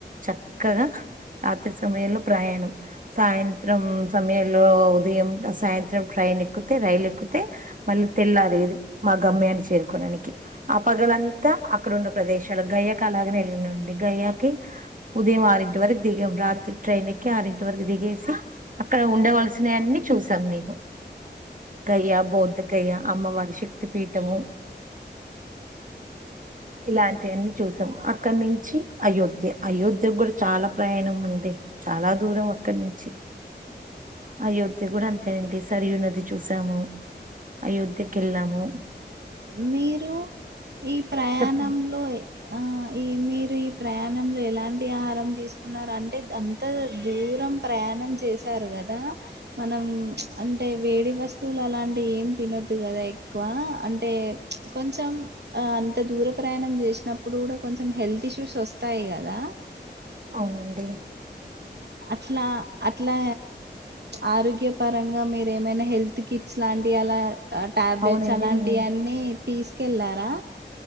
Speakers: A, on the right (about 45°); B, on the right (about 65°).
A: చక్కగా రాత్రి సమయంలో. ప్రయాణం. సాయంత్రం సమయంలో ఉదయం సాయంత్రం ట్రైన్ ఎక్కుతే రైలు ఎక్కితే. మళ్ళీ తెల్లారీ మా గమ్మ్యాన్ని చేరుకోడానికి. ఆ పగలంతా అక్కడ ఉన్న ప్రదేశాలు గయయాకి అలాగనే వెళ్ళండి గయ్యాకి. ఉదయం ఆరుంటి వరకు దీగం రాత్రి. ట్రైన్ ఎక్కి ఆరింటి వరకు దిగేసి అక్కడ ఉండవలసిన అన్ని చూసాం మేము. దయ్యా బౌధ కయ్యా అమ్మవారి శక్తి పీఠము. ఇలాంటి అన్ని చూసాం అక్కడ నుంచి అయోధ్య అయోధ్య కూడా చాలా ప్రయాణం అండి. చాలా దూరం అక్కడి నుంచి. అయోధ్య కూడా అంతేనండి సరియు నది చూసాము. అయోధ్య కెళ్ళాము.
B: మీరు ఈ ప్రయాణంలో.
A: చెప్పండి
B: ఆ ఈ మీరు ఈ ప్రయాణంలో ఎలాంటి ఆహారం తీసుకున్నారు అంటే దన్. త దూరం ప్రయాణం చేసారు కదా. మనం అంటే వేడి వస్తువులు అలాంటివి ఏం తినొద్దు కదా ఎక్కువ అంటే అంటే కొంచెం ఆ అంత దూర ప్రయాణం చేసినప్పుడు కూడా కొంచెం హెల్త్ ఇష్యూస్ వస్తాయి కదా
A: అవునండి
B: అట్లా అట్లా ఆరోగ్యపరంగా మీరు ఏమైనా హెల్త్ కిట్స్ లాంటివి అలా టాబ్లెట్స్
A: అవునండి
B: అలాంటి
A: మేము
B: అన్ని తీసుకెళ్లారా